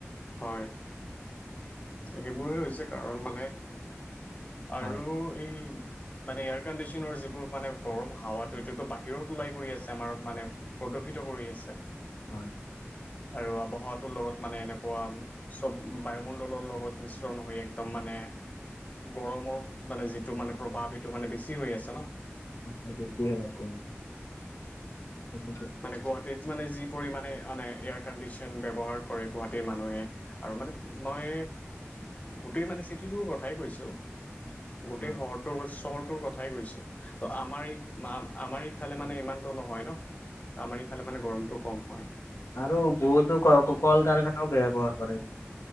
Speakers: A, on the left (about 35°); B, on the left (about 80°).
A: হয় এইবোৰে হৈছে কাৰণ মানে আৰু
B: হয়
A: এই মানে এয়াৰ কন্দিশনৰ যিবোৰ মানে গৰম হাৱাটো এইটো বাহিৰত ওলাই গৈ আছে আমাৰ মানে উপকৃত কৰি আছে
B: হয়
A: আৰু আৱহটোৰ লগত মানে এনেকুৱা চব বায়ুমণ্ড বায়ুমণ্ডলৰ লগত মিশ্ৰণ হৈ একদম মানে গৰমৰ মানে যিটো মানে প্ৰভাৱ সেইটো মানে বেছি হৈ আছে ন
B: অ দে কি হৈ আছে সেইটোতো-
A: মানে গুৱাহাটীত মানে যি পৰিমাণে আনে এয়াৰ কণ্ডিশ্যন ব্যৱহাৰ কৰে গুৱাহাটীৰ মানুহে আৰু মানে মই গোটেই মানে চিটিটোৰ কথাই কৈছো গোটেই
B: হয়
A: শৰটোৰ চহৰটোৰ কথাই কৈছো ত আমাৰ আমাৰ ইফালে মানে ইমানতটো নহয় ন আমাৰ ইফালে মানে গৰমটো কম হয়
B: আৰু বহুতো ক কল কাৰখানাও ব্যৱহাৰ কৰে